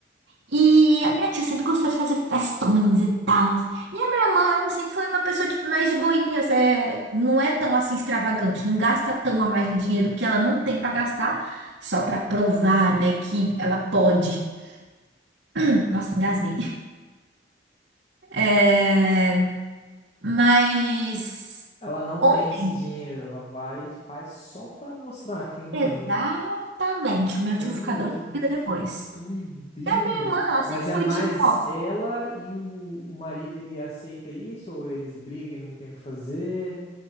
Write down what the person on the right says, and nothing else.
E a minha tia sempre gostou de fazer festões e tal. E a minha irmã sempre foi uma pessoa tipo, mais de boinhas, é, não é tão assim extravagante, não gasta tão a mais do dinheiro que ela não tem pra gastar, só pra provar, né, que ela pode. <clears throat> Nossa, engasguei. É, mas
ontem,
exatamente, o meu
tio ficou doido
depois.
E a minha irmã, ela
sempre
foi
tipo, ó,